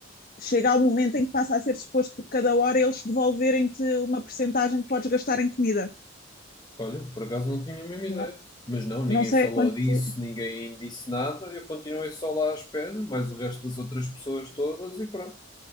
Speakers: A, on the left; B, on the left.
A: chega ao momento em que passa a ser suposto por cada hora eles devolverem-te uma percentagem que podes gastar em comida.
B: Olha, por acaso não tinha a mesma
A: Não,
B: ideia. Mas não, ninguém
A: não sei
B: falou
A: a quanto.
B: disso, ninguém disse nada. Eu continuei só lá à espera, mais o resto das outras pessoas todas e pronto.